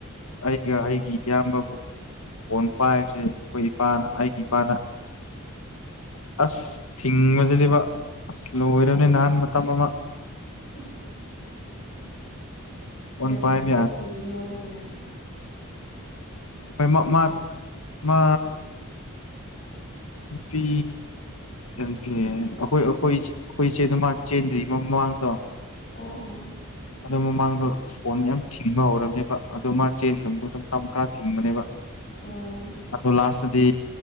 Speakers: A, on the left (about 80°); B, on the left (about 40°).
A: ꯑꯩꯒ ꯑꯩꯒꯤ ꯏꯌꯥꯝꯕꯕꯨ ꯐꯣꯟ ꯄꯥꯏꯕꯁꯦ ꯑꯩꯈꯣꯏ ꯏꯄꯥꯅ ꯑꯩꯒꯤ ꯏꯄꯥꯅ ꯑꯁ ꯊꯤꯡꯉꯁꯤꯗꯤꯕ ꯑꯁ ꯂꯣꯏꯔꯕꯣꯅꯦ ꯅꯍꯥꯟ ꯃꯇꯝ ꯑꯃ
B: ꯎꯝ ꯎ ꯎ ꯎ <inaudible>
A: ꯐꯣꯟ
B: ꯌꯥꯝꯗ
A: ꯄꯥꯏꯕ
B: ꯄꯤꯈꯤꯒ꯭ꯔꯦ ꯍꯥꯏꯕꯤꯒꯤꯔꯥ
A: ꯑꯣꯏ ꯃ ꯃ ꯃ ꯐꯤ ꯑꯩꯈꯣꯏ ꯑꯩꯈꯣꯏ ꯑꯩꯈꯣꯏ ꯏꯆꯦꯗꯃ ꯆꯦꯟꯗ꯭ꯔꯤꯃ ꯃꯃꯥꯡꯗꯣ
B: ꯑꯣ ꯑꯣ
A: ꯑꯗꯣ ꯃꯃꯥꯡꯗꯣ ꯐꯣꯟ ꯌꯥꯝ ꯊꯤꯡꯉ ꯍꯧꯔꯕꯅꯦꯕ ꯑꯗꯣ ꯃꯥ ꯆꯦꯟꯗꯧꯁꯨ ꯃꯇꯝ ꯈꯔ ꯊꯤꯡꯕꯅꯦꯕ
B: ꯑꯥ
A: ꯑꯣ ꯂꯥꯁꯇꯗꯤ